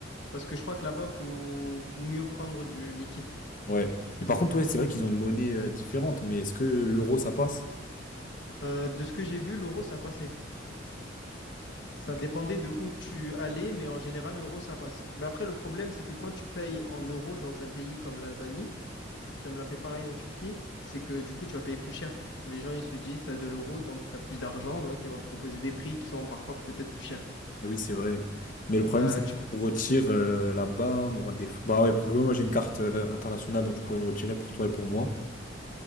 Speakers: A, on the left; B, on the left.
A: Parce que je crois que là-bas, faut, faut mieux prendre du liquide.
B: Ouais. Mais par contre, ouais, c'est vrai qu'ils ont une monnaie euh, différente, mais est-ce que l'euro, ça passe?
A: Euh, de ce que j'ai vu, l'euro, ça passait. Ça
B: Ok.
A: dépendait de où tu allais, mais en général, l'euro, ça passe. Mais après, le problème, c'est que quand tu payes en euros dans un pays comme l'Albanie, ça me l'a fait pareil en Turquie, c'est que du coup, tu vas payer plus cher. Les gens, ils se disent, tu as de l'euro, donc tu as plus d'argent, donc ils vont te proposer des prix qui sont parfois peut-être plus chers.
B: Eh oui, c'est vrai. Mais le problème,
A: Euh,
B: c'est que
A: tu-
B: si on retire euh, là-bas, on aura des... Bah ouais, parce que moi, j'ai une carte euh, internationale, donc je pourrais retirer pour toi et pour moi,